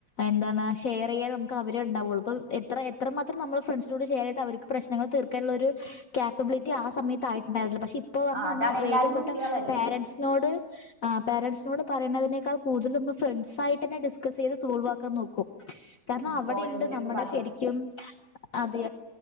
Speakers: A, on the left; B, on the right.
A: എന്താണ് ഷെയർ ചെയ്യാ നമുക്ക് അവരേ ഉണ്ടാവുള്ളൂ ഇപ്പോ എത്ര ന മാത്രം ഫ്രൻസിനോട് ത് അവർക്ക് പ്രശ്നങ്ങൾ തീർക്കാനുള്ളരു ക്യാപ്പബിലിറ്റി ആ സമയത്തായിട്ടുണ്ടായിരുന്നില്ല പക്ഷെ ഇപ്പോപറഞ്ഞ
B: ആ
A: നമ്മൾ
B: അതാണ് എല്ലാരും
A: വേഗംപോയിട്ട
B: കുട്ടികളല്ലേ
A: പേരൻറ്സിനോട് ആ പാരൻറ്സിനോട് പറയുന്നതിനേക്കാൾ കൂടുതൽ നമ്മള് ഫ്രണ്ട്സ് ആയിട്ട തന്നെ ഡിസ്കസ് ചെയ്ത് സോൾവ് ആക്കാൻ നോക്കും. കാരണം
B: ഉം
A: അവിടെണ്ട്
B: കോളേജിലൊക്കെ
A: നമ്മുടെ
B: പറയുമ്പോ
A: ശരിക്കും. അതെ